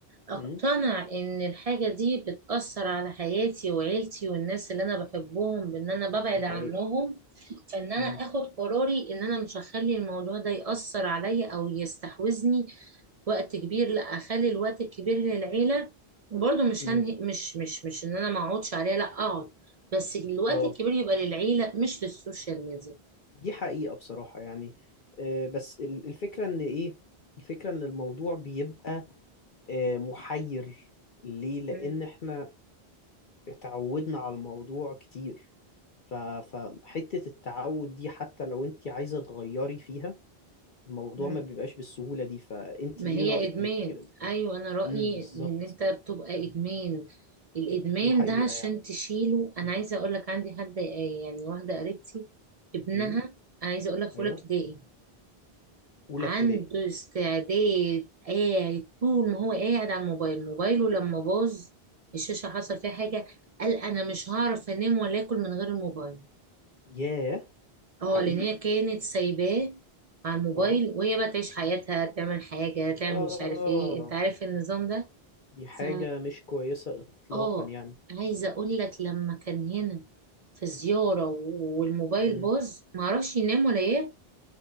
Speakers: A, on the right (about 50°); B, on the left (about 55°).
A: اقتنع
B: امم
A: ان الحاجة دي بتأثر على حياتي وعيلتي والناس اللي انا بحبهم بان انا ببعد
B: دي حقيقة
A: عنهم فان انا
B: امم
A: اخد قراري ان انا مش هخلي الموضوع ده يأثر عليا او يستحوذني وقت كبير لا اخلي الوقت الكبير للعيلة وبرضه مش
B: امم
A: هنهي مش مش مش ان انا ما اقعدش عليها لا اقعد بس الوقت
B: اه
A: الكبير يبقى للعيلة مش للسوشيال ميديا
B: دي حقيقة بصراحة يعني آه، بس ال- الفكرة ان ايه الفكرة ان الموضوع بيبقى آه، محير ليه لان
A: مم.
B: احنا اتعودنا على الموضوع كتير ف- فحتة التعود دي حتى لو انت عايزة تغيري فيها الموضوع
A: مم.
B: ما بيبقاش بالسهولة دي فانت
A: ما
B: ايه
A: هي
B: رأيك
A: ادمان ايوه انا رايي
B: امم بالظبط
A: ان انت بتبقى ادمان الادمان
B: دي حقيقة
A: ده عشان
B: يعني
A: تشيله انا
B: امم
A: عايزه اقول لك عندي حد آه، يعني واحده قريبتي ابنها
B: امم
A: انا عايزه اقول لك في
B: ايوه
A: اولى ابتدائي
B: اولى
A: عنده
B: ابتدائي
A: استعداد قاعد طول ما هو قاعد على الموبايل موبايله لما باظ الشاشه حصل فيها حاجه قال انا مش هعرف انام ولا اكل من غير الموبايل
B: ياه
A: اه
B: حقيقي
A: لان هي كانت سايباه على الموبايل
B: اه
A: وهي بقى تعيش حياتها تعمل حاجه تعمل
B: اه
A: مش عارف ايه انت عارف النظام ده
B: دي حاجة
A: ف
B: مش كويسة إطلاقا
A: اه
B: يعني
A: عايزه اقول لك لما كان هنا في زياره والموبايل
B: امم
A: باظ معرفش ينام ولا ياكل